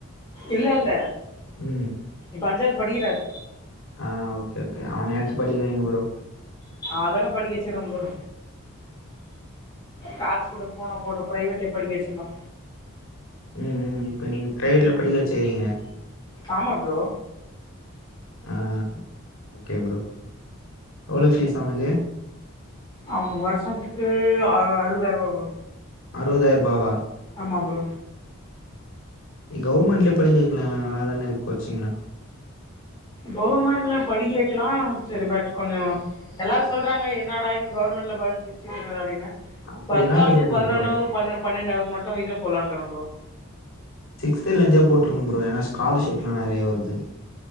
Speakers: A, on the left; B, on the left.
A: இல்லல்ல
B: உம்
A: ப்பஞ்சாத் படிக்கறாரு.
B: ஆஹ் ஓக்கே ஓகே அவனயாச்சு படிக்க வைங்க ப்ரோ.
A: அதெல்லா படிக்கச்சுருவ ப்ரோ. காச் கூட போனா போட்டு பிரைவேட்லயே படிக்க வச்சிடலா
B: உம் உம் இப்ப நீங்க ப்ரைவேட்ல படிக்க வச்சிகிறீங்க?
A: ஆமா ப்ரோ
B: ஆஹ் ஓக்கே ப்ரோ. எவ்ளோ ஃபீஸ் அவனுக்கு
A: அவனுக் வருஷத்துக்கு அறுவதாய் ரூவா ப்ரோ.
B: அறுவதாயிர் ரூபாவா?
A: ஆமா ப்ரோ
B: நீ கவ்ர்மெண்ட்லயே படிக்க வைக்கலால்ல நல்லாதான இருக்கு கோச்சிங்கு.
A: கவுர்மெண்ட்ல படிக்க வைக்கலா செரி பட் கொஞ்சோ எல்லாரு சொல்றாங்க என்னடா இன்னு கவர்மெ ண்ட்ல படிக்கவச்சு இப்பென்னடா அப்டின்னு
B: அப்டிலா
A: பத்தாவது
B: கெடையாது
A: பதினொனாவது
B: ப்ரோ
A: பன்ன பன்னெண்டாவது மட்டு இதுல போலானிக்கர ப்ரோ
B: சிக்ஸ்திலந்தே போட்ருங்க ப்ரோ ஏன்னா ஸ்காலர்ஷிப்லா நெறைய வருது.